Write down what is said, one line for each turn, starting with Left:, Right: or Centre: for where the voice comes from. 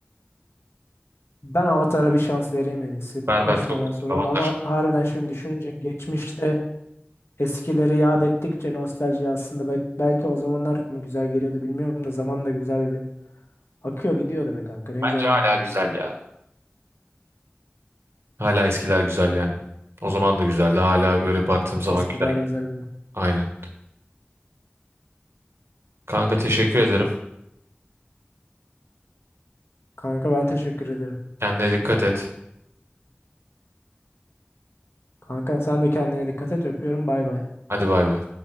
Left: Ben Avatar'a bir şans vereyim en iyisi bu
Right: Berber
Left: konuşmadan
Right: çok güzel
Left: sonra.
Right: Avatar.
Left: Ama harbiden şimdi düşününce geçmişte eskileri yad ettikçe nostalji aslında bel- belki o zamanlar mı güzel geliyordu bilmiyorum da zaman da güzel bir akıyor gidiyordu be kanka ne
Right: Bence
Left: güzel günlerdi.
Right: hala güzel ya. Hala eskiler güzel yani. O zaman da güzeldi. Hala böyle baktığım zaman
Left: Eskiler
Right: güzel.
Left: güzeldi.
Right: Aynı. Kanka teşekkür ederim.
Left: Kanka ben teşekkür ederim.
Right: Kendine dikkat et.
Left: Kanka sen de kendine dikkat et öpüyorum bay bay.
Right: Hadi bay bay.